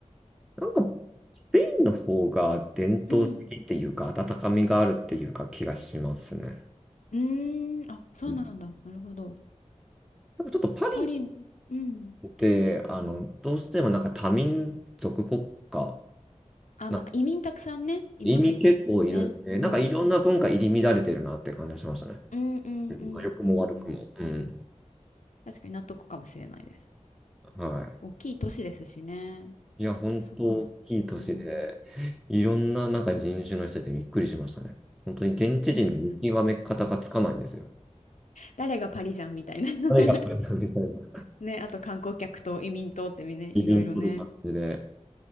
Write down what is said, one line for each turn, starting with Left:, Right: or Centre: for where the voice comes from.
Centre: なんか、スペインの方が伝統的っていうか、
Left: うん。
Centre: 温かみがあるっていうか気がしますね。
Left: うーん、あ、そうなんだ。
Centre: うん
Left: なるほど。
Centre: なんかちょっとパリ
Left: パリ、うん。
Centre: って、あの、どうしてもなんか多民族国家、
Left: あ、
Centre: なんか
Left: まあ、移民たくさんね、いますもんね。
Centre: 移民結構いるんで、なんかいろんな文化入り乱れてるなって感じがしましたね。
Left: うん。うんうんうんうんうん。
Centre: うん良くも悪くも。うん。
Left: 確かに納得かもしれないです。
Centre: はい。
Left: 大きい都市ですしね。
Centre: いや、本当大きい都市で、
Left: そっか。うん。
Centre: いろんななんか人種の人でびっくりしましたね。本当に現地人の見極め方がつかないんですよ。
Left: 確かに。誰がパリじゃんみたいな。<laughs>
Centre: 誰がこれだ <laughs> みたいな、
Left: ね、あと観光客と移民とってみね、
Centre: 移民という感じで。
Left: いろいろね。